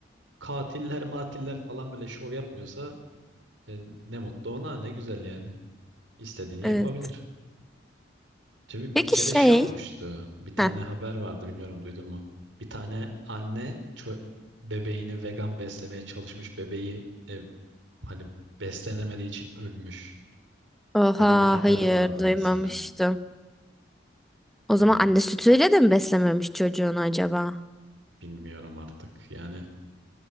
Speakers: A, on the right (about 80°); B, in the centre.
A: katiller matiller falan böyle şov yapmıyorsa e, ne mutlu ona ne güzel yani. İstediğini
B: Evet.
A: yapabilir. Çünkü
B: Peki
A: bir kere
B: şey.
A: şey olmuştu. Bir tane
B: Heh.
A: haber vardı bilmiyorum duydun mu? Bir tane anne ço- bebeğini vegan beslemeye çalışmış bebeği e, hani beslenemediği için ölmüş.
B: Oha
A: Böyle bir haber
B: hayır
A: vardı
B: duymamıştım.
A: mesela.
B: O
A: Hani
B: zaman anne sütüyle de mi beslememiş çocuğunu acaba?
A: bilmiyorum artık yani